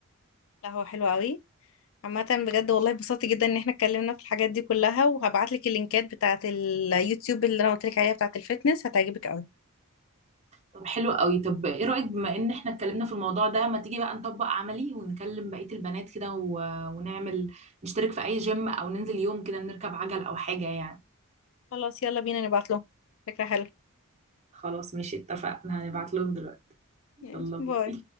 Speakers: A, on the left (about 65°); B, on the right (about 30°).
A: لا هو حلو قوي عامه بجد والله اتبسطت جدا ان احنا اتكلمنا في الحاجات دي كلها وهبعت لك اللينكات بتاعه اليوتيوب اللي انا قلت لك عليها بتاعه الفيتنس هتعجبك قوي
B: طب حلو قوي طب ايه رأيك بما ان احنا اتكلمنا في الموضوع ده ما تيجي بقى نطبق عملي ونكلم بقية البنات كده و- ونعمل نشترك في اي جيم او ننزل يوم كده نركب عجل او حاجة يعني
A: خلاص يلا بينا نبعت لهم فكره حلوه
B: خلاص ماشي اتفقنا هنبعت لهم دلوقتي
A: يعني
B: يلا باي
A: باي